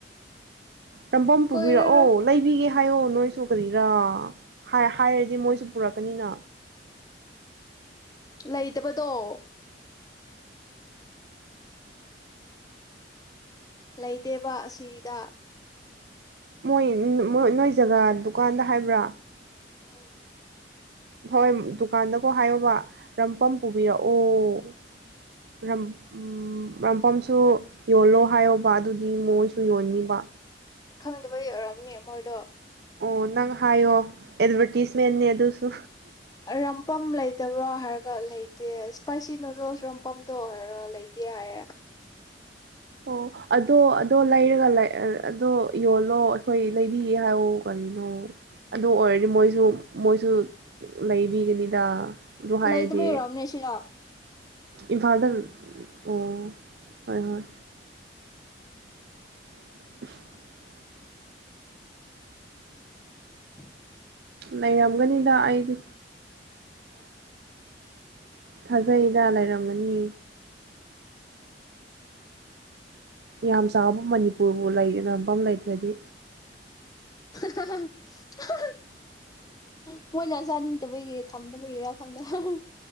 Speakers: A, on the right; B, on the left.
A: ꯔꯝꯕꯣꯝ ꯄꯨꯕꯤꯔꯛꯑꯣ
B: ꯀꯣꯏꯔꯔꯣꯏ
A: ꯂꯩꯕꯤꯒꯦ ꯍꯥꯏꯌꯣ ꯅꯣꯏꯁꯨ ꯀꯔꯤꯔꯥ ꯍꯥꯏꯔꯗꯤ ꯃꯣꯏꯁꯨ ꯄꯨꯔꯛꯀꯅꯤꯅ
B: ꯂꯩꯇꯕꯗꯣ ꯂꯩꯇꯦꯕ ꯑꯁꯤꯗ
A: ꯃꯣꯏ ꯅꯣꯏ ꯖꯒꯥ ꯗꯨꯀꯥꯟꯗ ꯍꯥꯏꯕ꯭ꯔꯥ
B: ꯎꯝ
A: ꯍꯣꯏ ꯗꯨꯀꯥꯟꯗꯀꯣ ꯍꯥꯏꯌꯣꯕ ꯔꯝꯄꯝ ꯄꯨꯕꯤꯔꯛꯑꯣꯝ ꯔꯝꯄꯝꯁꯨ ꯌꯣꯜꯂꯣ ꯍꯥꯏꯌꯣꯕ ꯑꯗꯨ ꯗꯤ ꯃꯣꯏꯁꯨ ꯌꯣꯟꯅꯤꯡꯕ
B: ꯈꯪꯗꯕ ꯌ ꯑꯣꯏꯔꯝꯅꯦ ꯃꯣꯏꯗꯣ
A: ꯑꯣ ꯅꯪ ꯍꯥꯏꯌꯣ ꯑꯦꯗꯚꯔꯇꯤꯁꯃꯦ ꯑꯗꯨꯁꯨ
B: ꯔꯝꯄꯝ ꯂꯩ ꯂꯩꯇꯕ꯭ꯔꯥ ꯍꯥꯏꯔꯒ ꯂꯩꯇꯦ ꯏꯁꯄꯥꯏꯁꯤ ꯅꯨꯗꯜꯁ ꯔꯣꯝ ꯄꯝꯗꯣ ꯍꯥꯏꯔꯒ ꯂꯩꯇꯦ ꯍꯥꯏꯌꯦꯦ
A: ꯑꯣ ꯑꯗꯣ ꯑꯗꯣ ꯂꯩꯔꯒ ꯑꯗꯣ ꯌꯣꯜꯂꯣ ꯑꯩꯈꯣꯏ ꯂꯩꯕꯤꯌꯦ ꯍꯥꯏꯑꯣ ꯀꯔꯤꯅꯣ ꯑꯗꯨ ꯑꯣꯏꯔꯗꯤ ꯃꯣꯏꯁꯨ ꯃꯣꯏꯁꯨ ꯂꯩꯕꯤꯒꯅꯤꯗ ꯑꯗꯨ ꯍꯥꯏꯔꯗꯤ
B: ꯂꯩꯇꯕꯩ ꯑꯣꯏꯔꯝꯅꯤ ꯁꯤꯗ
A: ꯏꯝꯐꯥꯜꯗ ꯑꯣ ꯍꯣꯏ ꯍꯣꯏ <inaudible>
B: <inaudible>
A: ꯂꯩꯔꯝꯒꯅꯤꯗ ꯑꯩꯗꯤ ꯊꯥꯖꯩꯗ ꯂꯩꯔꯝꯒꯅꯤ ꯌꯥꯝ ꯆꯥꯎꯕ ꯃꯅꯤꯄꯨꯔꯕꯨ ꯂꯩꯐꯝ ꯂꯩꯇ꯭ꯔꯗꯤ
B: ꯍꯥ-ꯍꯥ-ꯍꯥ ꯑꯍꯥꯍꯥ ꯍꯨꯝ ꯃꯣꯏꯅ ꯆꯥꯅꯤꯡꯗꯕꯒꯤ ꯊꯝꯗꯕꯒꯤꯔꯥ ꯈꯪꯗꯦ ꯍꯥꯍꯥ-